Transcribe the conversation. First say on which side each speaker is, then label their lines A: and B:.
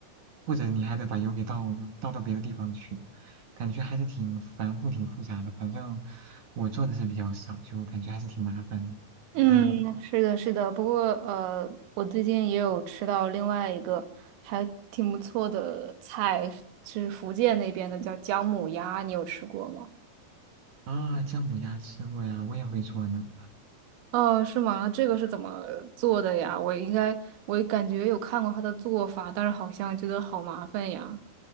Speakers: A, on the right; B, on the right.
A: 或者你还得把油给倒了，倒到别的地方去，感觉还是挺繁复、挺复杂的。反正我做的是比较少，就感觉还是挺麻烦的。
B: 嗯，
A: <laughs> 啊
B: 是的，是的。不过，呃，我最近也有吃到另外一个还挺不错的菜，是福建那边的，叫姜母鸭，你有吃过吗？
A: 啊，姜母鸭吃过呀，我也会做呢。
B: 哦，是吗？这个是怎么做的呀？我应该，我感觉有看过他的做法，但是好像觉得好麻烦呀。